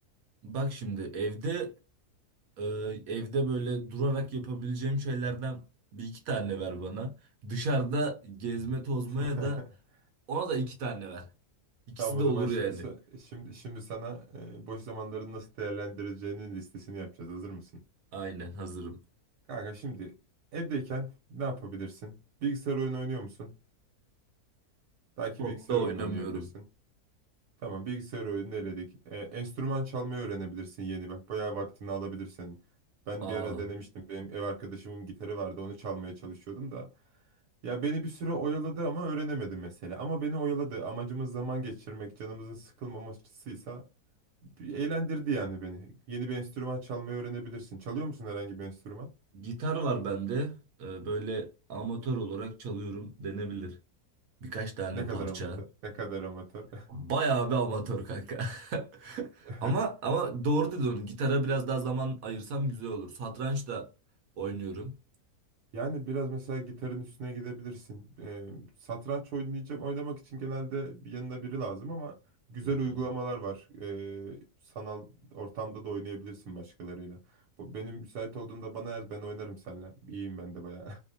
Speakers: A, on the right (about 70°); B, on the right (about 85°).
A: Bak şimdi evde e, evde böyle durarak yapabileceğim şeylerden bir iki tane ver bana. Dışarıda gezme tozmaya
B: <laughs>
A: da ona da iki tane ver. İkisi
B: Tamam o
A: de
B: zaman
A: olur
B: şimdi
A: yani.
B: sa- şimdi şimdi sana e, boş zamanlarını nasıl değerlendireceğinin listesini yapacağız. Hazır mısın?
A: Aynen hazırım.
B: Kanka şimdi evdeyken ne yapabilirsin? Bilgisayar oyunu oynuyor musun? Belki
A: Çok
B: bilgisayar
A: da oynamıyorum.
B: oyunu oynayabilirsin. Tamam bilgisayar oyunu eledik. E, enstrüman çalmayı öğrenebilirsin yeni bak. Bayağı vaktini alabilir senin. Ben
A: Aa,
B: bir ara denemiştim. Benim ev arkadaşımın gitarı vardı. Onu çalmaya çalışıyordum da. Ya beni bir süre oyaladı ama öğrenemedim mesela. Ama beni oyaladı. Amacımız zaman geçirmek, canımızın sıkılmamasıysa bir eğlendirdi yani beni. Yeni bir enstrüman çalmayı öğrenebilirsin. Çalıyor musun herhangi bir enstrüman?
A: gitar var bende. E, böyle amatör olarak çalıyorum denebilir. Birkaç tane
B: Ne kadar
A: parça.
B: amatör, ne kadar amatör.
A: Bayağı bir amatör kanka. <laughs>
B: <laughs>
A: Ama ama doğru dedin Gitara biraz daha zaman ayırsam güzel olur. Satranç da oynuyorum.
B: Yani biraz mesela gitarın üstüne gidebilirsin. Ee, satranç oynayacağım, oynamak için genelde bir yanında biri lazım ama güzel
A: Hı hı.
B: uygulamalar var. Ee, sanal ortamda da oynayabilirsin başkalarıyla. Bu benim müsait olduğunda bana yaz, ben oynarım seninle. İyiyim ben de bayağı.